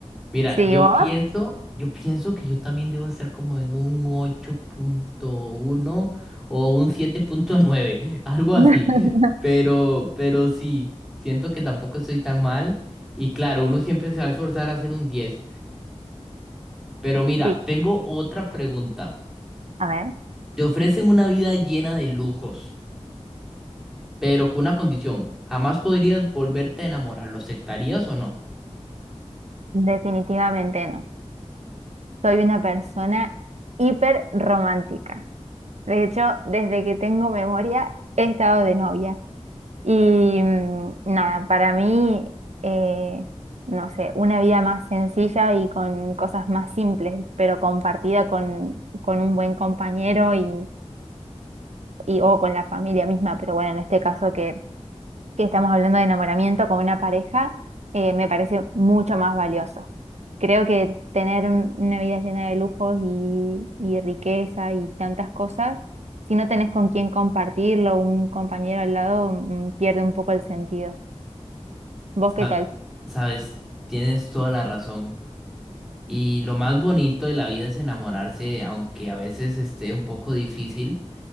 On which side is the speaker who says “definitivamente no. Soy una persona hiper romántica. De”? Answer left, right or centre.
Right